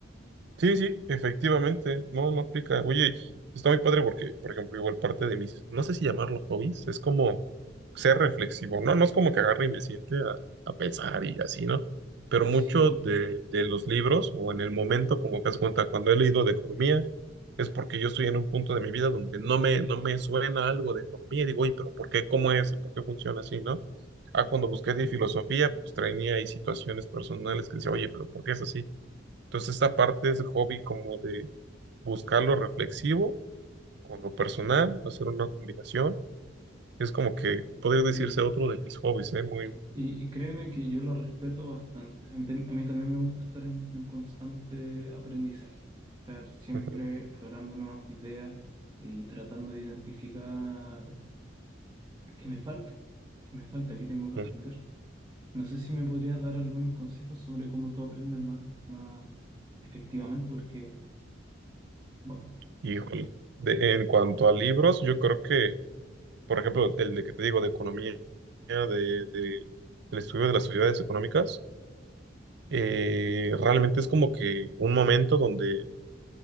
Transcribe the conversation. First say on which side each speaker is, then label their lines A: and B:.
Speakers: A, on the right (about 60°); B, on the right (about 25°).
A: Sí, sí, efectivamente, no, no aplica. Oye, está muy padre porque, por ejemplo, igual parte de mis, no sé si llamarlo hobbies, es como ser reflexivo, ¿no? No es como que agarre y me siente a, a pensar y así, ¿no? Pero mucho
B: Sí,
A: de, de los libros o en el momento, como que das cuenta, cuando he leído de economía, es porque yo estoy en un punto de mi vida donde no me, no me suena algo de economía y digo, oye, pero ¿por qué? ¿Cómo es? ¿Y por qué funciona así, ¿no? Ah, cuando busqué de filosofía, pues traía ahí situaciones personales que decía, oye, pero ¿por qué es así? Entonces, esta parte es hobby como de buscar lo reflexivo con lo personal, hacer una combinación. Es como que podría decirse
B: sí.
A: otro de mis hobbies, ¿eh? Muy...
B: Y, y créeme que yo lo respeto bastante. A mí, tam- a mí también me gusta estar en, en constante aprendizaje, estar siempre
A: ujú,
B: explorando nuevas ideas y tratando de identificar qué me falta, qué me falta, qué tengo que aprender.
A: ujú.
B: No sé si me podrías dar algunos consejos sobre cómo tú aprendes más, más efectivamente, porque, bueno,
A: Híjole. De- en cuanto a libros, yo creo que, por ejemplo, el de que te digo de economía, de, de- del estudio de las sociedades económicas, eh, realmente es como que un momento donde